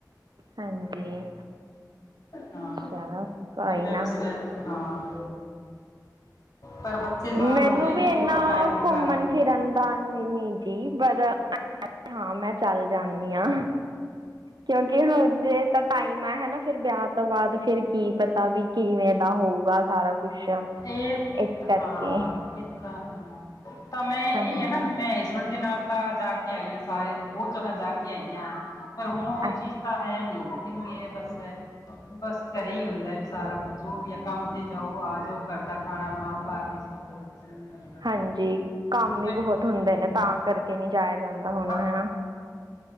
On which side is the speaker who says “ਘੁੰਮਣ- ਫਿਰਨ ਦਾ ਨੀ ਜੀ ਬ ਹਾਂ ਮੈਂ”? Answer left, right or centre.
Right